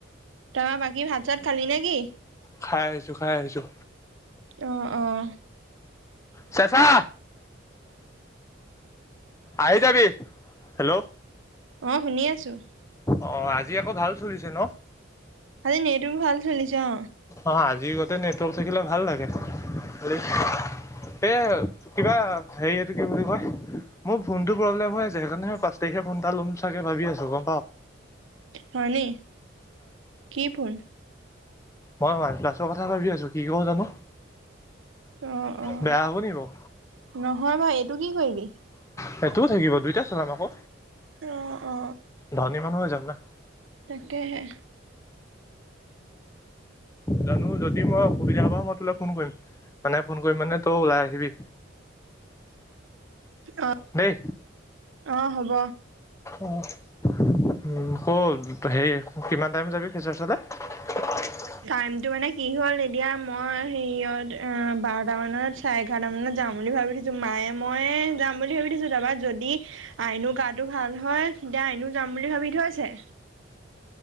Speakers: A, on the right (about 80°); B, on the left (about 15°).
A: তা বাকী ভাত- চাত খালি নে কি?
B: খাই আহিছো খাই আহিছো।
A: অঁ অঁ
B: চেচা আহি যাবি হেল্ল'।
A: অ শুনি আছো
B: অ আজি আকৌ ভাল চলিছে ন।
A: আজি নেটো ভাল চলিছে অ।
B: অ আজি গতে নেটৱৰ্ক থাকিলে ভাল লাগে খালি। এ কিবা হেৰিয়টো কি বুলি কয়। মোৰ ফোনটো প্ৰব্লেম হৈ আছে সেইকাৰণে মই পাঁচ তাৰিখে ফোন এটা ল'ম চাগে ভাবি আছো গম পাৱ।
A: হয়নে কি ফোন।
B: মই ওৱান প্লাছৰ কথা ভাবি আছো কি কওঁ জানো।
A: অ অ
B: বেয়া হ'ব নি বাৰু
A: নহয় বাও এইটো কি কৰিবি
B: সেইটোও থাকিব দুইটা চলাম আকৌ
A: অ অ
B: ধনী মানুহ হৈ যাম না।
A: তাকেহে!
B: জানো যদি মই অসুবিধা পাওঁ মই তোলে ফোন কৰিম, মানে ফোন কৰিম মানে তই ওলাই আহিবি।
A: আহ
B: দেই
A: অ হ'ব।
B: অ আকৌ হেৰি কিমান টাইম যাবি খেচাৰচালে? হয়। <inaudible>
A: টাইমতটো মানে কি হ'ল এতিয়া মই হেৰিয়ত অ বাৰটা মানত চাৰে এঘাৰট মানত যাম। যাম বুলি ভাবি থিছো মায়ে মইে যাম বুলি ভাবি থৈছো তাৰপা যদি আইনো গাটো ভাল হয়। দাইনো যাম বুলি ভাবি থৈছে।